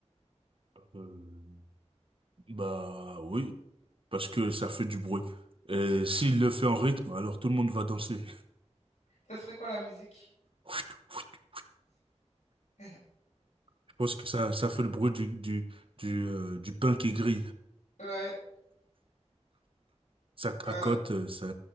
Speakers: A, on the right; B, on the left.
A: Euh, bah oui, parce que ça fait du bruit. Et s'il le fait en rythme, alors tout le monde va danser.
B: Ça serait quoi la musique?
A: <laughs>
B: <laughs>
A: Je pense que ça, ça fait le bruit du, du, du, euh, du pain qui grille.
B: Ouais.
A: Ça cracote,
B: euh,
A: euh, ça,